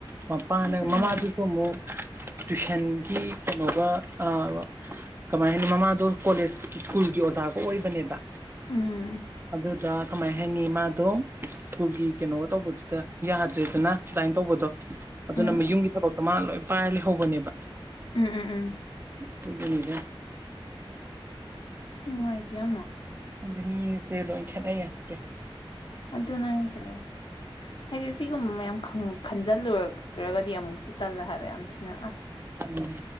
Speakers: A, on the right; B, on the left.
A: ꯃꯄꯥꯅ
B: ꯑꯗꯨꯅꯦ
A: ꯃꯃꯥꯗꯨꯁꯨ ꯑꯃꯨꯛ ꯇꯨꯏꯁꯟꯒꯤ ꯀꯩꯅꯣꯒ ꯑꯥ ꯀꯃꯥꯏ ꯍꯥꯏꯅꯤ ꯃꯃꯥꯗꯣ ꯀꯣꯂꯦꯖ ꯁ꯭ꯀꯨꯜꯒꯤ ꯑꯣꯖꯥ ꯒ ꯑꯣꯏꯕꯅꯦꯕ
B: ꯎꯝ
A: ꯑꯗꯨꯗ ꯀꯃꯥꯏ ꯍꯥꯏꯅꯤ ꯃꯥꯗꯣ ꯁ꯭ꯀꯨꯜꯒꯤ ꯀꯩꯅꯣ ꯇꯧꯕꯗꯨꯗ ꯌꯥꯗ꯭ꯔꯦꯗꯅ ꯑꯗꯨꯃꯥꯏꯅ ꯇꯧꯕꯗꯣ ꯑꯗꯨꯅ
B: ꯎꯝ
A: ꯌꯨꯝꯒꯤ ꯊꯕꯛꯇꯣ ꯃꯥ ꯂꯣꯏ ꯄꯥꯏꯔ ꯂꯩꯍꯧꯕꯅꯦꯕ
B: ꯎꯝ ꯎꯝ ꯎꯝ
A: ꯑꯇꯨꯒꯤꯅꯤꯗ
B: ꯅꯨꯡꯉꯥꯏꯇꯦ ꯌꯥꯝꯅ
A: ꯈꯪꯗꯦ ꯃꯤꯁꯦ ꯂꯣꯏ ꯈꯦꯠꯅꯩ ꯍꯥꯏꯕꯁꯦ
B: ꯑꯗꯨꯅ ꯍꯥꯏꯁꯦ ꯍꯥꯏꯗꯤ ꯁꯤꯒꯨꯝꯕ ꯃꯌꯥꯝ ꯈꯟ ꯈꯟꯖꯤꯜꯂꯨꯔꯨꯔꯒꯗꯤ ꯑꯃꯨꯛꯁꯨ ꯇꯜꯂꯦ ꯍꯥꯏꯕ ꯌꯥꯝ ꯊꯤꯅ ꯑꯁ
A: ꯎꯝ